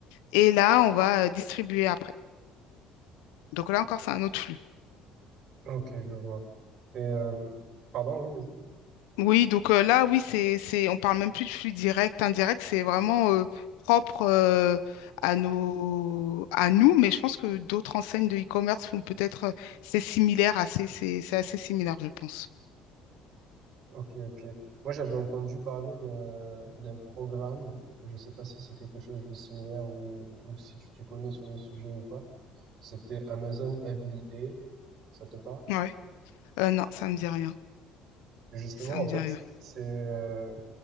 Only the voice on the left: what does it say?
et là, on va euh, distribuer après. Donc là encore, c'est un autre flux.
Oui, donc euh, là, oui, c'est, c'est, on parle même plus de flux direct, indirect, c'est vraiment euh, propre euh, à nos, à nous, mais je pense que d'autres enseignes de e-commerce font peut-être, euh, c'est similaire, assez, c'est, c'est assez similaire, je pense.
Ouais. Euh, non, ça me dit rien.
Ça me
dit rien.